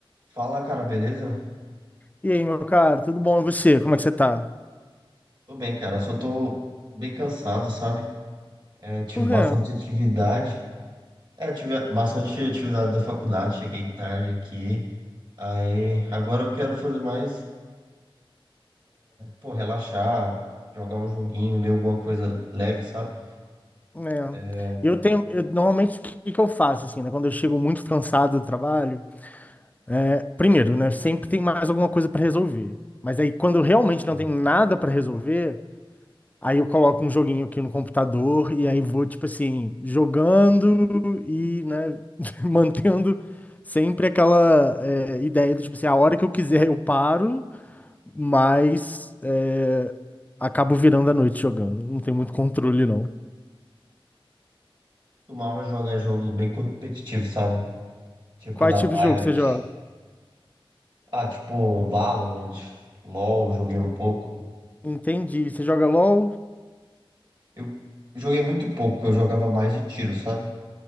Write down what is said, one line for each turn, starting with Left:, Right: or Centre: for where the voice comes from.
Right: Fala, cara, beleza?
Left: E aí, meu cara, tudo bom? E você? Como é que você tá?
Right: Tô bem, cara. Só tô bem cansado, sabe? É, tive
Left: Por
Right: bastante
Left: quê?
Right: atividade. É, tive bastante atividade da faculdade. Cheguei tarde aqui. Aí, agora eu quero fazer mais, pô, relaxar, jogar um joguinho, ler alguma coisa leve, sabe?
Left: É,
Right: É,
Left: eu tenho, eu- normalmente o que que eu faço assim, né? Quando eu chego muito cansado do trabalho, é, primeiro, né? Sempre tem mais alguma coisa pra resolver. Mas aí, quando eu realmente
Right: Entendi.
Left: não tenho nada pra resolver, aí eu coloco um joguinho aqui no computador e aí vou tipo assim jogando e, né? <laughs> Mantendo sempre aquela é, ideia do tipo assim, a hora que eu quiser eu paro mas é, acabo virando a noite jogando. Não tem muito controle, não.
Right: costumava jogar jogos bem competitivos, sabe? Tipo
Left: Quais
Right: da Riot.
Left: tipos de jogo você joga?
Right: Ah, tipo um Valorant, LoL, joguei um pouco.
Left: Entendi. Você joga LOL?
Right: Eu joguei muito pouco, eu jogava mais de tiro, sabe?